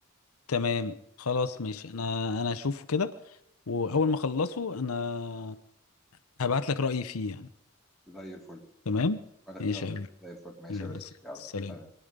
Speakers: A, on the left; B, in the centre.
A: تمام خلاص ماشي انا انا هشوفه كده واول ما اخلصه انا هبعت لك رأيي فيه يعني
B: زي الفل
A: تمام
B: ولا-
A: ماشي
B: يلا
A: يا حبيبي
B: زي الفل ماشي
A: يلا
B: يا باشا
A: سلام
B: يلا